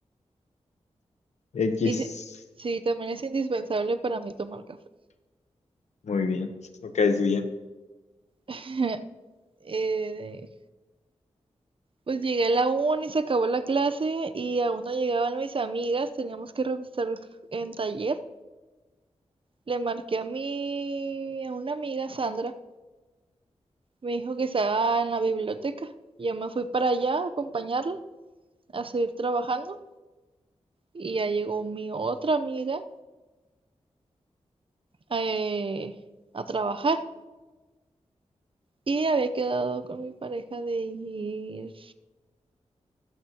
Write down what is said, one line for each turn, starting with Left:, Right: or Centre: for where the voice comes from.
Left: X.
Right: Hice- Sí, también es indispensable para mí tomar café.
Left: Muy bien, lo caes bien.
Right: <laughs> Eh, Pues llegué a la una y se acabó la clase y aún no llegaban mis amigas, teníamos que revisar en taller. Le marqué a mi, a una amiga, Sandra, me dijo que estaba en la biblioteca. Yo me fui para allá a acompañarla, a seguir trabajando y ya llegó mi otra amiga eh, a trabajar y había quedado con mi pareja de ir,